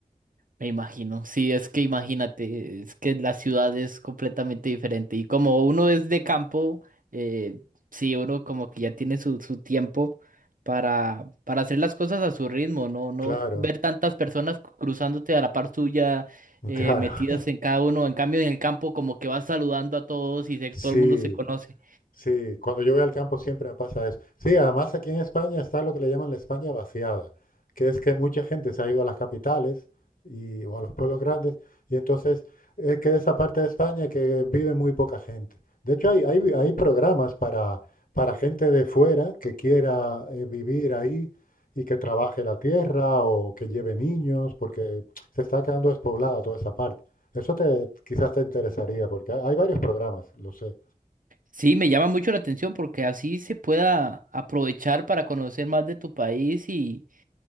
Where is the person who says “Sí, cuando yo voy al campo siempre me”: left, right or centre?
Left